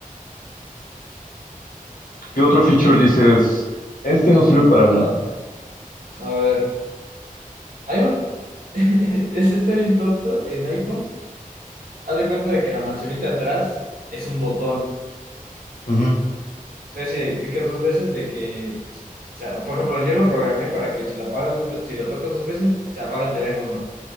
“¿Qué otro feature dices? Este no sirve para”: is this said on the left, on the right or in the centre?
Left